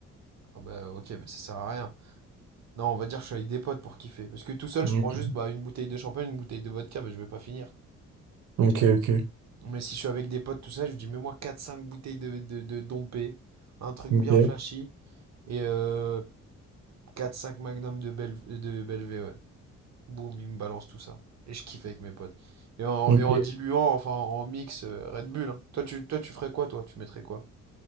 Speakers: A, on the right (about 60°); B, on the right (about 80°).
A: ah bah ok, mais ça sert à rien. Non, on va dire que je suis avec des potes pour kiffer. Parce que tout seul,
B: Ok,
A: je prends juste bah, une bouteille de champagne, une bouteille de vodka, mais je vais pas finir, quoi.
B: ok, ok,
A: Mais si je suis avec des potes, tout ça, je lui dis, mets-moi quatre cinq bouteilles de, de, de Dompé, un truc
B: ok.
A: bien flashy, et euh, 4-5 magnums de, Bel- de Belvé, ouais. Boum, il me balance tout ça. Et je kiffe avec mes potes. Et en,
B: ok.
A: et en diluant, enfin en mix euh, Red Bull. hein. Toi, tu, toi, tu ferais quoi, toi? Tu mettrais quoi?